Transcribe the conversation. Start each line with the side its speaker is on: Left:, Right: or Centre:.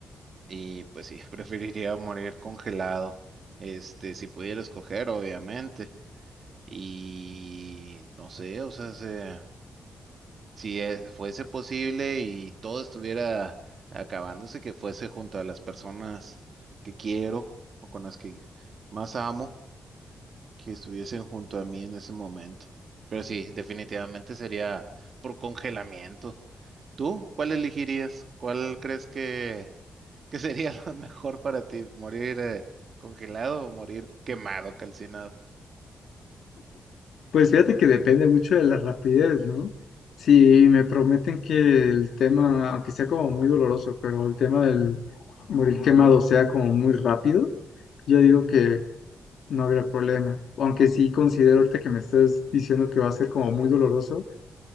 Right: y pues sí, <laughs> preferiría morir congelado. Este, si pudiera escoger, obviamente. Y no sé, o sea, se, si eh, fuese posible y todo estuviera acabándose, que fuese junto a las personas que quiero o con las que más amo, que estuviesen junto a mí en ese momento. Pero sí, definitivamente sería por congelamiento. ¿Tú cuál elegirías? ¿Cuál crees que, que sería <laughs> lo mejor para ti? ¿Morir eh, congelado o morir quemado, calcinado?
Left: Pues fíjate que depende mucho de la rapidez, ¿no? Si me prometen que el tema, aunque sea como muy doloroso, pero el tema del morir quemado sea como muy rápido, yo digo que no habrá problema. Aunque sí considero ahorita que me estás diciendo que va a ser como muy doloroso,